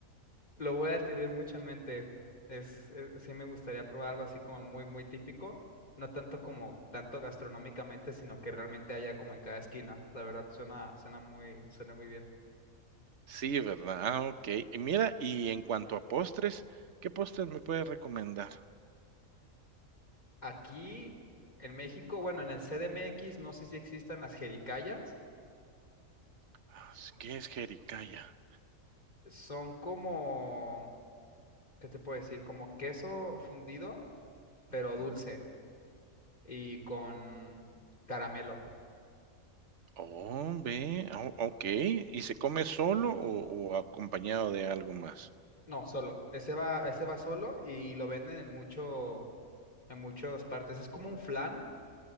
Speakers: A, on the left; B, on the right.
A: Lo voy a tener mucho en mente. Es, eh, sí me gustaría probar algo así como muy, muy típico. No tanto como tanto gastronómicamente, sino que realmente haya como en cada esquina. La verdad, suena, suena muy, suena muy bien.
B: Sí, ¿verdad? Ah, ok. Y mira, y en cuanto a postres, ¿qué postres me puedes recomendar?
A: Aquí en México, bueno, en el CDMX, no sé si existan las jericayas.
B: Ah, ¿Qué es jericaya?
A: Son como, ¿qué te puedo decir? Como queso fundido, pero
B: Ujú.
A: dulce y con caramelo.
B: Oh, ve, o okey, ¿y se come solo o o acompañado de algo más?
A: No, solo. Ese va, ese va solo y lo venden en mucho, en muchas partes. Es como un flan,